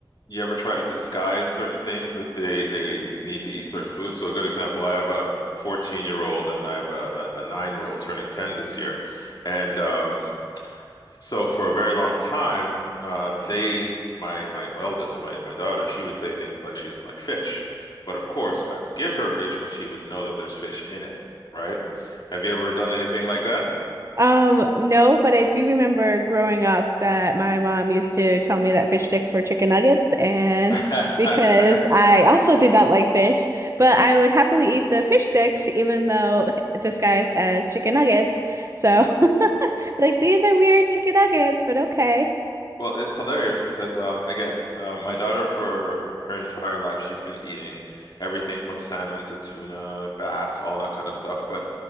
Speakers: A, on the left; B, on the right.
A: You ever try to disguise certain things if they they need to eat certain foods? So a good example, I have a 14 year old and I have a, a, a nine year old turning 10 this year, and um, So for a very long time, uh, they, my my eldest, my my daughter, she would say things like she doesn't like fish, but of course I would give her fish, but she wouldn't know that there's fish in it, right? Have you ever done anything like that?
B: Um, no, but I do remember growing up that my mom used to tell me that fish sticks were chicken nuggets, and
A: <laughs>
B: <laughs> because I also did not like fish, but I would happily eat the fish sticks even though <laughs> disguised as chicken nuggets. So, <laughs> like these are weird chicken nuggets, but okay.
A: Well, it's hilarious because um, again, uh, my daughter for her entire life she's been eating everything from salmon to tuna, bass, all that kind of stuff. But